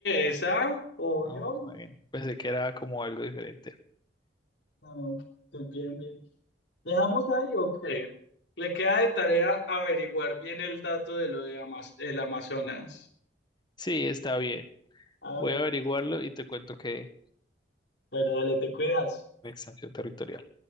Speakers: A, on the left; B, on the left.
A: esa, obvio.
B: No, bueno, pensé que era como algo diferente.
A: No, no, estoy bien, bien. ¿Dejamos ahí o qué? Le queda de tarea averiguar bien el dato de lo de Amas- el Amazonas.
B: Sí, está bien.
A: Ah, vale,
B: Voy a averiguarlo
A: pues.
B: y te cuento que
A: Bueno, dale, te cuidas.
B: la extensión territorial.